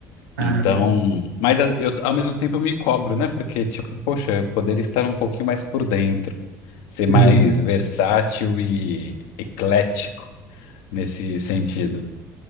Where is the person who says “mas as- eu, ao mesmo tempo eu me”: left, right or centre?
Left